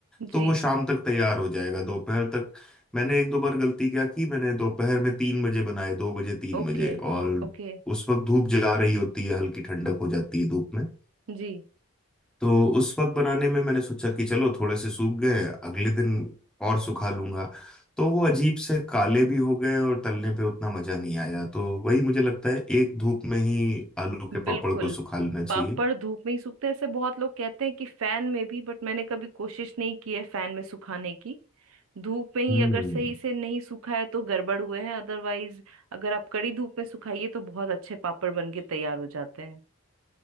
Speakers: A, in the centre; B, on the right (about 70°).
A: तो
B: जी
A: वो शाम तक तैयार हो जाएगा दोपहर तक मैंने एक दो बार गलती क्या की मैंने दोपहर में तीन बजे बनाए दो बजे तीन
B: Okay
A: बजे और
B: okay
A: उस वक्त धूप जला रही होती है हल्की ठंडक हो जाती है धूप में
B: जी
A: तो उस वक्त बनाने में मैंने सोचा कि चलो थोड़े से सूख गए अगले दिन और सुखा लूंगा तो वो अजीब से काले भी हो गए और तलने पे उतना मजा नहीं आया तो वही मुझे लगता है एक धूप में ही आलू के पापड़
B: बिल्कुल
A: को सुखा लेना चाहिए
B: पापड़ धूप में ही सूखते हैं। ऐसे बहुत लोग कहते हैं कि फैन में भी बट मैंने कभी कोशिश नहीं की है फैन में सुखाने की धूप में ही
A: हम्म
B: अगर सही से नहीं सूखा है तो गड़बड़ हुए हैं अदरवाइज अगर आप कड़ी धूप में सुखाइए तो बहुत अच्छे पापड़ बन के तैयार हो जाते हैं